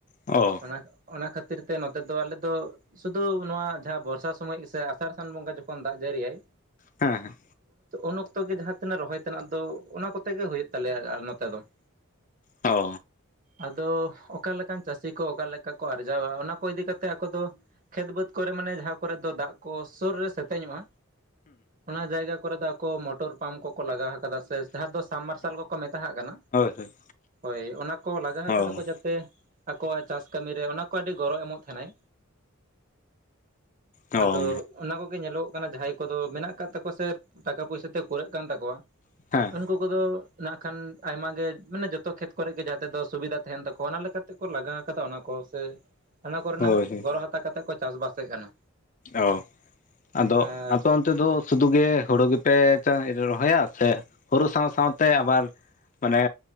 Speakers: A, on the left; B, on the right.
A: ᱚ
B: ᱚᱱᱟ ᱚᱱᱟ ᱠᱷᱟᱹᱛᱤᱨ ᱛᱮ ᱱᱚᱛᱮ ᱫᱚ ᱟᱞᱮ ᱫᱚ ᱥᱩᱫᱩ ᱱᱚᱣᱟ ᱡᱟᱦᱟᱸ ᱵᱚᱨᱥᱟ ᱥᱚᱢᱚᱭ ᱜᱮ ᱥᱮ ᱟᱥᱟᱲ ᱥᱟᱱ ᱵᱚᱸᱜᱟ ᱡᱚᱠᱷᱚᱱ ᱫᱟᱜ ᱡᱟᱹᱲᱤᱭᱟᱭ
A: ᱦᱮᱸ ᱦᱮᱸ
B: ᱩᱱ ᱚᱠᱛᱚ ᱜᱮ ᱡᱟᱦᱟᱸ ᱛᱤᱱᱟᱹᱜ ᱨᱚᱦᱚᱭ ᱛᱮᱱᱟᱜ ᱫᱚ ᱚᱱᱟ ᱠᱚᱛᱮ ᱜᱮ ᱦᱩᱭᱩᱜ ᱛᱟᱞᱮᱭᱟ ᱱᱚᱛᱮ ᱫᱚ <inaudible>
A: ᱚ
B: ᱟᱫᱚ ᱚᱠᱟᱞᱮᱠᱟᱱ ᱪᱟᱹᱥᱤ ᱠᱚ ᱚᱠᱟᱮᱠᱟ ᱠᱚ ᱟᱨᱡᱟᱣᱟ ᱚᱱᱟ ᱠᱚ ᱤᱫᱤ ᱠᱟᱛᱮ ᱟᱠᱚ ᱫᱚ ᱠᱷᱮᱛ ᱵᱟᱹᱫᱽ ᱠᱚᱨᱮ ᱢᱟᱱᱮ ᱡᱟᱦᱟᱸ ᱠᱚᱨᱮ ᱫᱚ ᱫᱟᱜ ᱠᱚ ᱥᱩᱨ ᱨᱮ ᱥᱮᱛᱮᱧᱚᱜᱼᱟ ᱚᱱᱟ ᱡᱟᱭᱜᱟ ᱠᱚᱨᱮ ᱫᱚ ᱟᱠᱚ ᱢᱚᱴᱚᱨ ᱯᱟᱢᱯ ᱠᱚᱠᱚ ᱞᱟᱜᱟᱣ ᱟᱠᱫᱟ ᱥᱮ ᱡᱟᱦᱟᱸ ᱫᱚ ᱥᱟᱢ ᱢᱟᱨᱥᱟᱞ ᱠᱚᱠᱚ ᱢᱮᱛᱟᱜ ᱠᱟᱱᱟ,
A: ᱦᱳᱭ
B: ᱦᱳᱭ ᱚᱱᱟ ᱠᱚ ᱞᱟᱜᱟ
A: ᱚ
B: ᱟᱠᱫᱟ ᱠᱚ ᱡᱟᱛᱮ ᱠᱚᱣᱟᱜ ᱪᱟᱥ ᱠᱟᱹᱢᱤ ᱨᱮ ᱚᱱᱟ ᱠᱚ ᱟᱹᱰᱤ ᱜᱚᱨᱚ ᱮᱢᱚᱜ ᱛᱟᱦᱮᱱᱟᱭ
A: ᱚ
B: ᱟᱫᱚ ᱚᱱᱟ ᱠᱚᱜᱮ ᱧᱮᱞᱚᱜᱚᱜ ᱠᱟᱱᱟ ᱡᱟᱦᱟᱸᱭ ᱠᱚᱫᱚ ᱢᱮᱱᱟᱜ ᱟᱠᱟᱫ ᱛᱟᱠᱚᱣᱟ ᱥᱮ ᱴᱟᱠᱟ ᱯᱚᱭᱥᱟ ᱛᱮ ᱠᱩᱲᱟᱹᱜ ᱠᱟᱱ ᱛᱟᱠᱚᱣᱟ
A: ᱦᱮᱸ
B: ᱩᱱᱠᱩ ᱠᱚᱫᱚ ᱱᱟᱜ ᱠᱷᱟᱱ ᱟᱭᱢᱟ ᱜᱮ ᱢᱟᱱᱮ ᱡᱚᱛᱚ ᱠᱷᱮᱛ ᱠᱚᱨᱮ ᱜᱮ ᱡᱟᱛᱮ ᱫᱚ ᱥᱩᱵᱤᱫᱟ ᱛᱟᱦᱮᱱ ᱛᱟᱠᱚᱣᱟ ᱚᱱᱟ ᱞᱮᱠᱟᱛᱮ ᱠᱚ ᱞᱟᱜᱟᱣ ᱠᱟᱫᱟ ᱚᱱᱟ ᱠᱚ ᱥᱮ ᱚᱱᱟ ᱠᱚᱨᱮᱱᱟᱜ
A: ᱦᱳᱭ ᱦᱳᱭ
B: ᱜᱚᱨᱚ ᱦᱟᱛᱟᱣ ᱠᱟᱛᱮᱫ ᱠᱚ ᱪᱟᱥ ᱵᱟᱥᱮᱫ ᱠᱟᱱᱟ
A: ᱚ, ᱟᱫᱚ
B: ᱟᱨ
A: ᱟᱯᱮ ᱚᱱ ᱚᱱᱛᱮ ᱫᱚ ᱥᱩᱫᱷᱩ ᱜᱮ ᱦᱩᱲᱩ ᱜᱮᱯᱮ ᱨᱚᱦᱚᱭᱟ ᱥᱮ ᱦᱩᱲᱩ ᱥᱟᱶ ᱥᱟᱶᱛᱮ ᱟᱵᱟᱨ ᱢᱟᱱᱮ